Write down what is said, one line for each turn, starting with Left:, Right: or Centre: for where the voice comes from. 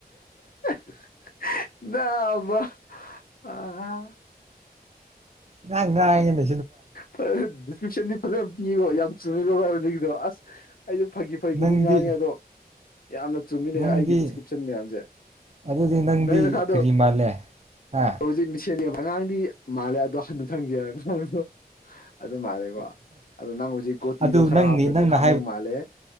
Left: <unintelligible> ꯅꯥꯥꯕ ꯑꯍꯥ
Right: ꯅꯪ ꯉꯥꯡꯏꯅ
Left: ꯐꯥ ꯗꯤꯁꯀꯤꯞꯁꯟꯗꯤ ꯐꯖꯅ ꯄꯤꯑꯦꯀꫭ ꯌꯥꯝ ꯆꯨꯝꯑꯦꯀꫭ ꯕꯥꯏ ꯍꯧꯖꯤꯛꯀꯤꯗꫭ ꯑꯁ ꯑꯩꯗꯤ ꯐꯥꯒꯤ-ꯐꯥꯒꯤ
Right: ꯅꯪꯗꯤ
Left: ꯗꯤ ꯉꯥꯡꯑꯦ ꯑꯗꫭ ꯌꯥꯝꯅ ꯆꯨꯝꯏꯅꯦ
Right: ꯅꯪꯗꯤ
Left: ꯑꯩꯒꯤ ꯗꯤꯁꯀ꯭꯭ꯔꯤꯞꯁꯟ ꯃꯌꯥꯝꯁꯦ
Right: ꯑꯗꯨꯗꯤ ꯅꯪꯗꯤ
Left: ꯅꯪ ꯅꯁꯥꯗꫭ
Right: ꯀꯔꯤ ꯃꯥꯜꯂꯦ ꯍꯥ
Left: ꯍꯧꯖꯤꯛ ꯃꯤꯁꯦꯝꯏꯕ ꯑꯉꯥꯡꯗꯤ ꯃꯥꯜꯂꯦ ꯑꯗꫭ ꯍꯅꯨꯊꯪꯒꯤ ꯑꯍ ꯑꯍ ꯗꫭ ꯃꯥꯜꯂꯦꯕ ꯑꯗꫭ ꯅꯪ ꯍꯧꯖꯤꯛ ꯒꫭꯇꯤꯗꫭꯈꯔ
Right: ꯑꯗꯨ ꯅꯪꯅꯤ
Left: ꯍꯥꯞꯈ꯭ꯔꯗꯤ
Right: ꯅꯪꯅ
Left: ꯍꯃꯦꯡ ꯃꯥꯜꯂꯦ